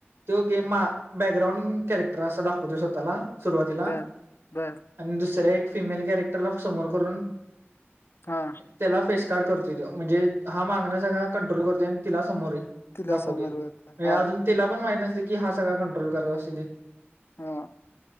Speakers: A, on the right (about 80°); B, on the left (about 60°).
A: तो गेम आ बॅकग्राउंड कॅरक्टर असा दाखवत आहे स्वतःला. सुरुवातीला
B: बर बर
A: आणि दुसऱ्या एक फिमेल कॅरेक्टरला समोर करून-
B: हा
A: त्याला फेसकार्ड करतोय तो म्हणजे हा मागण त्याला कंट्रोल करते आणि तिला समोर य-
B: तिला
A: दाखवतय
B: समर्पक हा
A: अजून तिला पण माहित नसेल की हा सगळा कंट्रोल करत असतोय ते
B: हा